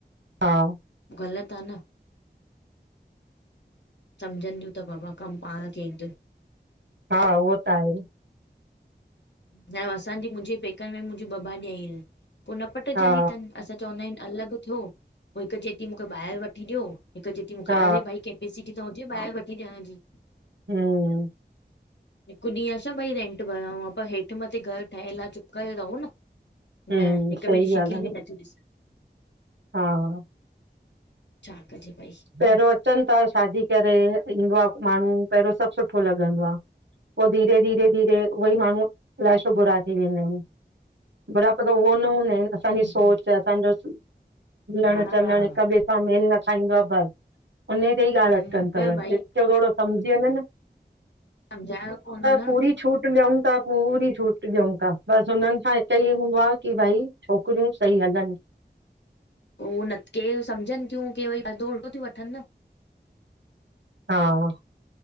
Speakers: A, on the right (about 85°); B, on the left (about 75°).
A: हा
B: ग़लत आह न समझंदियूं त बाबा कम पाण के इंदुन
A: हा उहो त आहे
B: न असांजे मुंहिंजी पेकन में मुंहिंजी ॿ भाॾाई आहिन। पो न पटजंदी
A: हा
B: तन। असां चवंदा आहिन अलॻ थियो पो हिक चए ती मूंखे ॿाहेर वठी ॾयो, हिक चए ती मूंखे
A: हा
B: अरे भाई के <unintelligible> किथे हुजे ॿाहेर वठी ॾियण जी
A: हूं
B: हिकु ॾींहुं आ छा भई रेंट भरऊूं पर हेठ मथे घर ठहयल आह चुप करे रहो न
A: हम्म,
B: न हिक
A: सही
B: ॿे जी शिकिल
A: ॻाल्हि आहे
B: बी
A: न,
B: नथियूं ॾिसन
A: हा
B: छा कजे भई
A: पेहरयों अचन था शादी करे, ईंदो आह माण्डू पहिरियों सभ सुठो लॻंदो आह। पो धीरे -धीरे धीरे उहेई माण्डू अलाए शो बुरा थी वेंदा आहिन। बड़ा <unintelligible> उहो न <unintelligible> असांजी
B: हम्म, हम्म,
A: सोच असांजो मिलण
B: हा
A: चलण हिक ॿे सां मेल न खाईंदो आह बस उन ते ई
B: हम्म
A: ॻाल्ह अटकन
B: पर
A: तव जिते
B: भाई
A: थोडो समझी वञन
B: समझायो कौन न
A: पूरी छूट ॾियूं था पूरी छूट ॾियूं था बस हुनन सां हिक ई
B: हम्म,
A: हूंदो आह की भाई छोकरियूं सही हलन
B: पो उहो न के समझन थियूं के वरी <unintelligible> थियूं वठन न
A: हा